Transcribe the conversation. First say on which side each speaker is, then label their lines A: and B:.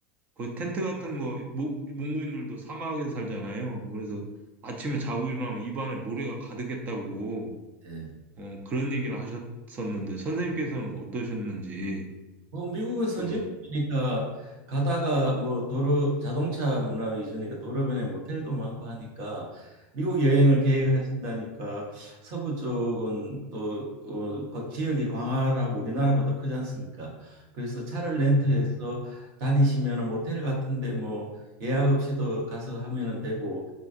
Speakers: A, on the right; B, on the right.
A: 거기 텐트 같은 거 몽, 몽고인들도 사막에 살잖아요. 그래서 아침에 자고 일어나면 입안에 모래가 가득했다고
B: 예.
A: 어, 그런 얘기를 하셨었는데 선생님께서는 어떠셨는지
B: 뭐 미국은 선진국이니까
A: 그
B: 가다가 뭐 도로 자동차 문화 위주니까 도로변에 모텔도 많고 하니까 미국 여행을 계획하신다니까
A: 어,
B: 서부 쪽은 또 어, 그 지역이 광활하고 우리나라보다 크지 않습니까? 그래서 차를 렌트해서
A: 네.
B: 다니시면은 모텔 같은데 뭐 예약 없이도 가서 하면은 되고